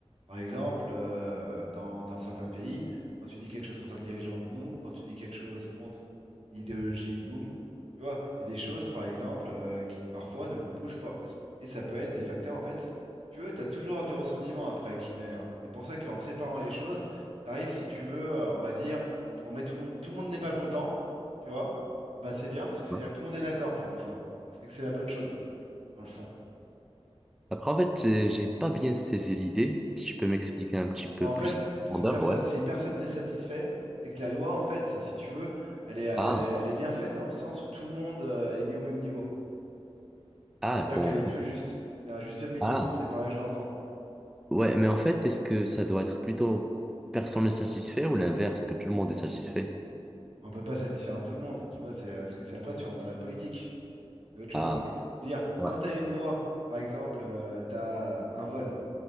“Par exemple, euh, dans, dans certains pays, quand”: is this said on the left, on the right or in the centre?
Right